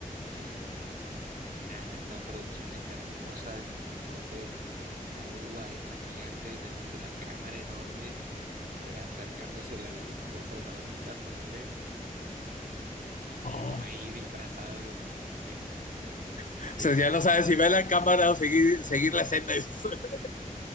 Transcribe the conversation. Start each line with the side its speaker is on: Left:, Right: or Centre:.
Right: Eh, y, y nada, están producciones hermosas en donde vos ves eh, la grúa esta gigante llevando la cámara enorme, eh, acercándosela a los dos protagonistas, ponele, y,
Left: No,
Right: y vos ahí disfrazado, de, no sé, de
Left: o
Right: de
Left: sea, ya
Right: soldado.
Left: no sabes si ver la cámara o seguir, seguir la escena. <laughs>